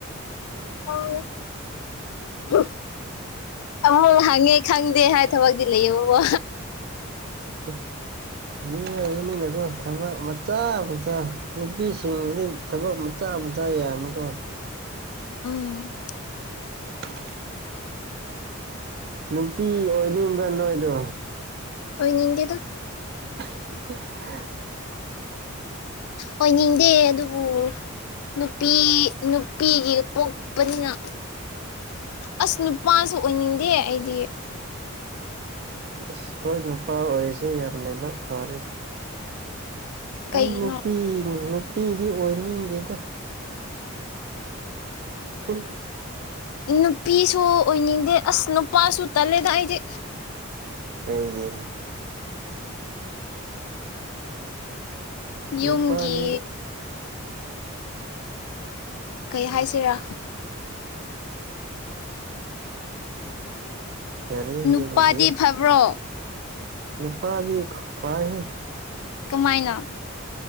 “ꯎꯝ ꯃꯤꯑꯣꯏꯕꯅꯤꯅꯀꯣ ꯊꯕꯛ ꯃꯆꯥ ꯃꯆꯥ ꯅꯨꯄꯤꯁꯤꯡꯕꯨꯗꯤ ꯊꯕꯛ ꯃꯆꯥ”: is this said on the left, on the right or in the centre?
Right